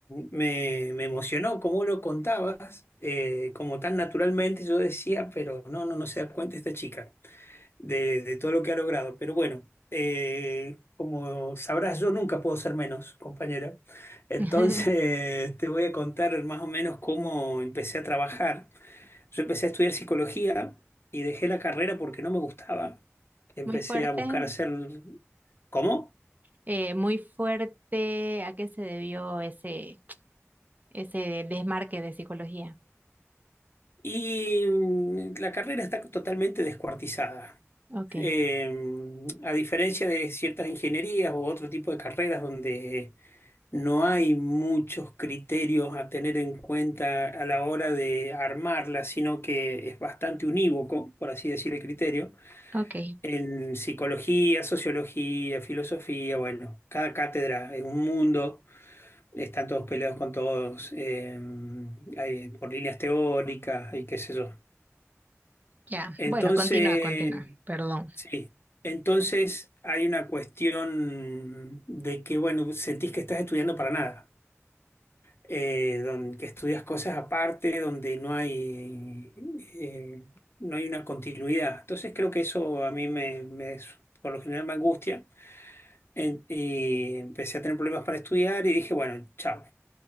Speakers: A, on the left; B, on the right.
A: me, me emocionó cómo lo contabas, eh, como tan naturalmente yo decía, pero no, no, no se da cuenta esta chica de, de todo lo que ha logrado. Pero bueno, eh, como sabrás, yo nunca puedo ser menos, compañera. Entonces
B: <laughs>
A: te voy a contar más o menos cómo empecé a trabajar. Yo empecé a estudiar psicología y dejé la carrera porque no me gustaba. Empecé
B: Muy fuerte,
A: a buscar hacer... ¿Cómo?
B: eh, muy fuerte, ¿a qué se debió ese, ese desmarque de psicología?
A: Y mm, la carrera está totalmente descuartizada.
B: Ok.
A: Eh, a diferencia de ciertas ingenierías u otro tipo de carreras donde no hay muchos criterios a tener en cuenta a la hora de armarla, sino que es bastante unívoco, por así decir, el criterio.
B: Ok,
A: En psicología, sociología, filosofía, bueno, cada cátedra es un mundo, están todos peleados con todos, eh, hay por líneas teóricas y qué sé yo.
B: ya.
A: Entonces,
B: Bueno, continúa, continúa. Perdón.
A: sí, entonces hay una cuestión de que, bueno, sentís que estás estudiando para nada, eh, don- que estudias cosas aparte, donde no hay, eh, no hay una continuidad. Entonces creo que eso a mí me, me- por lo general me angustia en- y empecé a tener problemas para estudiar y dije, bueno, chao.